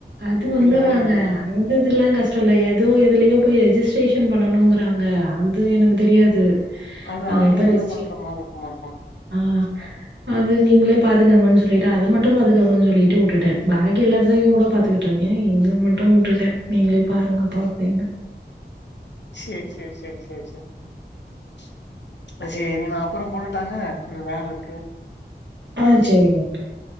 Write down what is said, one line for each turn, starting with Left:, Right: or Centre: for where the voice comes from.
Right: அது
Left: இப்ப
Right: வந்துருவாங்க
Left: எல்லாமே இதானே
Right: அந்த இதுல்லாம் கஷ்ட ரல ஏதோ எதுலயோ போய் ரெஜிஸ்ட்ரேஷன் பண்ணனும்ங்கறாங்க அது எனக்கு தெரியாது
Left: அது ஆன்லைன்ல
Right: எப்ப ரெஜிஸ்ட்ரே
Left: பண்ற மாதிரி இருக்கும் மாரி இருக்கும்
Right: ஆ அது நீங்களே பாத்துக்கோங்கன்னு சொல்லிட்டு அத மட்டும் பாத்துக்கோங்கன்னு சொல்லிட்டு விட்டுட்டேன் பாகி எல்லாத்தையும் கூட பாத்துக்கிட்டு இருக்கேன் இது மட்டும் விட்டுட்டேன் நீங்களே பாருங்கப்பா அப்படின்னு
Left: செர் செர் செர் செர் ச் செரி நா அப்புறம் போடட்டாங்க கொஞ்சம் வேல இருக்கு
Right: ஆ செரி ஓகெ